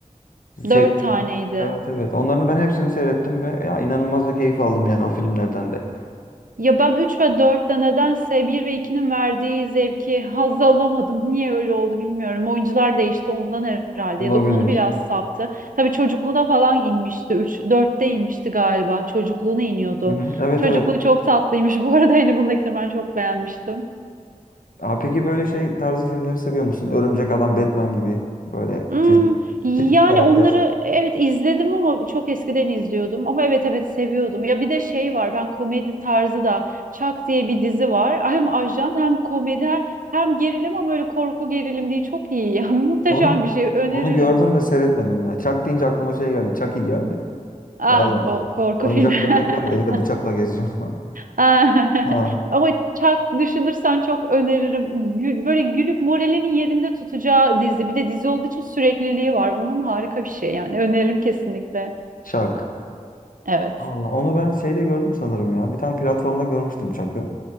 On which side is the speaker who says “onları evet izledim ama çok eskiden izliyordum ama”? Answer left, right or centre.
Right